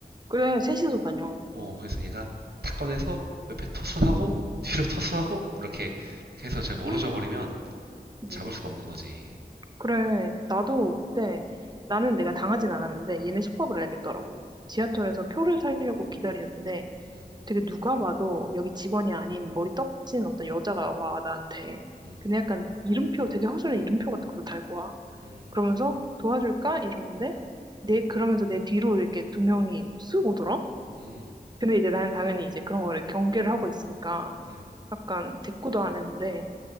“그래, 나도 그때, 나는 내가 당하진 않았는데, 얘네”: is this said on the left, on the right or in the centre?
Right